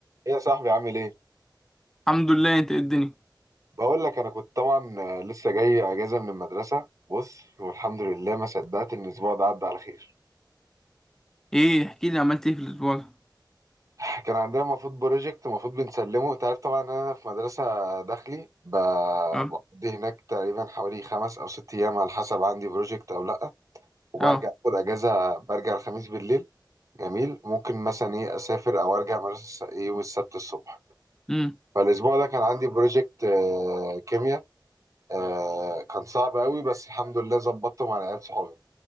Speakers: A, on the right (about 40°); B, in the centre.
A: ايه يا صاحبي عامل ايه؟
B: الحمد لله انت ايه الدنيا
A: بقول لك انا كنت طبعا آه، لسه جاي اجازه من المدرسه بص والحمد لله ما صدقت ان الاسبوع ده عدى على خير
B: ايه احكي لي عملت ايه في الاسبوع ده
A: <laughs> كان عندنا المفروض بروجكت المفروض بنسلمه انت عارف طبعا ان انا في مدرسه داخلي ب-
B: اه
A: بقضي هناك تقريبا حوالي خمس او ست ايام على حسب عندي بروجكت او لا وبرجع
B: اه
A: اخد اجازه برجع الخميس بالليل جميل ممكن مثلا ايه اسافر او ارجع مدرسه الس- إيه يوم السبت الصبح
B: امم
A: فالاسبوع ده كان عندي بروجكت كيمياء آه كان صعب قوي بس الحمد لله ظبطته مع العيال صحابي